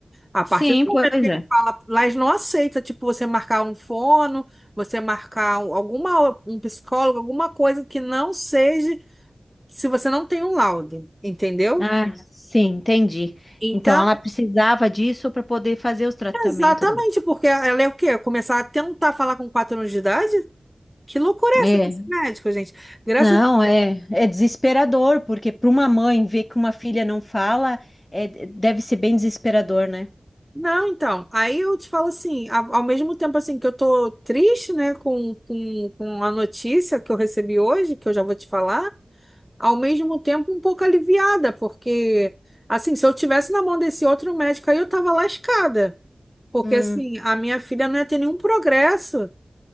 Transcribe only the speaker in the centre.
A partir
do momento
que ele
fala, lá eles não aceita, tipo, você marcar um fono, você marcar um- alguma um psicólogo, alguma coisa que não seja se você não tem um laudo, entendeu?
Então,
Exatamente,
porque ela é o quê? Começar a tentar falar com quatro anos de idade? Que loucura é
essa desse médico, gente? Graças.
Não, então. Aí eu te falo assim, a- ao mesmo tempo assim que eu tô triste, né, com, com, com a notícia que eu recebi hoje, que eu já vou te falar, ao mesmo tempo um pouco aliviada, porque assim, se eu tivesse na mão desse outro médico aí, eu tava lascada. Porque
assim, a minha filha não ia ter nenhum progresso.